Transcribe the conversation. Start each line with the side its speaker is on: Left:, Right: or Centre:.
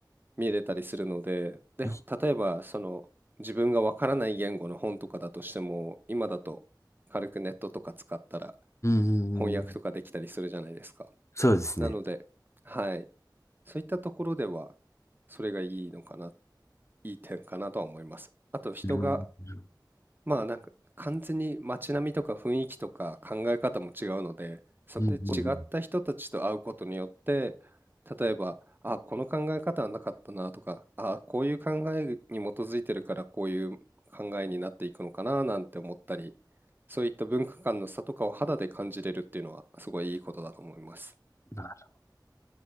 Right: 見れたりするので、で、
Left: い
Right: 例えば、その、自分がわからない言語の本とかだとしても、今だと軽くネットとか使ったら
Left: うんうんうん。
Right: 翻訳とかできたりするじゃないですか。
Left: そうですね。
Right: なので、はい、そういったところでは、それがいいのかな、いい点かなとは思います。あと、人が
Left: うん。うん
Right: まあなんか完全に街並みとか雰囲気とか考え方も違うので、そこで違った人たちと会うことによって、
Left: うんうん。
Right: 例えば、あ、この考え方はなかったなとか、あ、こういう考えに基づいてるからこういう考えになっていくのかななんて思ったり、そういった文化間の差とかを肌で感じれるっていうのはすごいいいことだと思います。
Left: なる